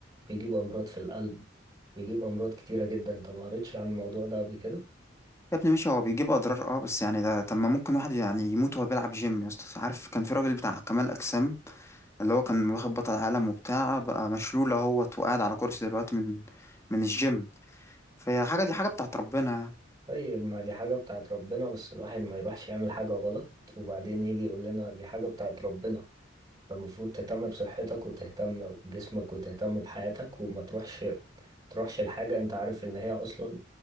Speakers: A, on the right (about 20°); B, on the left (about 15°).
A: بيجيب امراض في القلب بيجيب امراض كتيرة جدا انت ما قريتش عن الموضوع ده قبل كده
B: يا ابني ماشي هو بيجيب أضرار اه بس يعني ده طب ما ممكن واحد يعني يموت وهو بيلعب جيم يا اسطى عارف كان في راجل بتاع كمال أجسام اللي هو كان واخد بطل عالم وبتاع بقى مشلول اهوت وقاعد على كرسي دلوقتي من من الجيم فهي حاجة دي حاجة بتاعت ربنا يعني
A: طيب ما دي حاجة بتاعت ربنا بس الواحد ما يروحش يعمل حاجة غلط وبعدين يجي يقول لنا دي حاجة بتاعت ربنا فالمفروض تهتم بصحتك وتهتم بجسمك وتهتم بحياتك وما تروحش تروحش لحاجة انت عارف ان هي اصلا